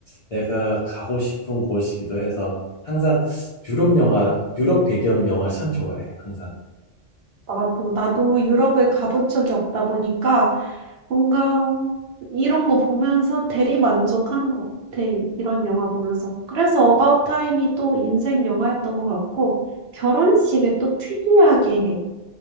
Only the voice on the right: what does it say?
나도 나도 유럽을 가본 적이 없다 보니까 뭔가 이런 거 보면서 대리만족하는 것 같아. 이런 영화 보면서. 그래서 어바웃 타임이 또 인생 영화였던 것 같고 결혼식을 또 특이하게 해.